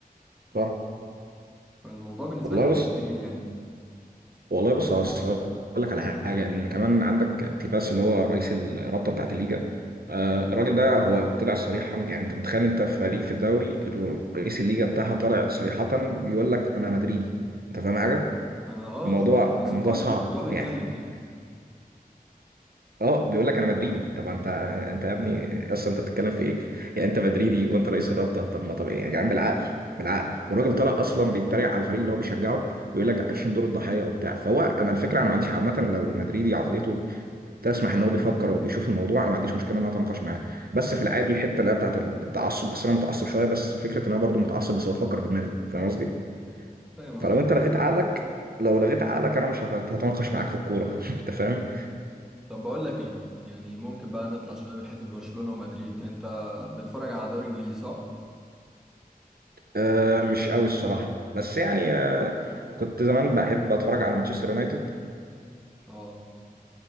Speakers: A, on the right; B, in the centre.
A: صح
B: فالموضوع بالنسبة
A: والله
B: لي كان
A: بص
B: غريب يعني
A: والله بص هس- هقول لك على حاجه ان كمان عندك تيباس اللي هو رئيس الرابطه بتاعه الليجا آه، الراجل ده هو طلع صريحا يعني انت متخيل انت في فريق في الدوري رئيس الليجا بتاعها طلع صريحه بيقول لك انا مدريدي انت فاهم حاجه
B: انا اه
A: الموضوع
B: شفت التصريحات
A: الموضوع صعب
B: دي وشفت هو بيتكلم
A: يعني <laughs>
B: يعني
A: اه بيقول لك انا مدريدي طب انت انت يا ابني اصلا انت بتتكلم في ايه يعني انت مدريدي وانت رئيس الرابطه طب ما طب ايه يا جدعان بالعقل بالعقل والراجل طلع اصلا بيتريق على الفريق اللي هو بيشجعه ويقول لك عايشين دور الضحيه وبتاع فهو انا الفكره انا ما عنديش عامه لو مدريدي عقليته تسمح ان هو بيفكر وبيشوف الموضوع انا ما عنديش مشكله ان انا اتناقش معاه بس في العادي حته اللي هي بتاعت التعصب اصل انا متعصب شويه بس فكره ان انا برضو متعصب بس بفكر بدماغي فاهم قصدي
B: فاهم قصدك
A: فلو انت لغيت عقلك لو لغيت عقلك انا مش هت- هتناقش معاك في الكوره <laughs> انت فاهم
B: طب بقول لك ايه يعني ممكن بقى نطلع شوية من حتة برشلونة ومدريد انت بتتفرج على دوري انجليزي صح؟
A: آه مش قوي الصراحة بس يعني آه كنت زمان بحب اتفرج على مانشستر يونايتد
B: اه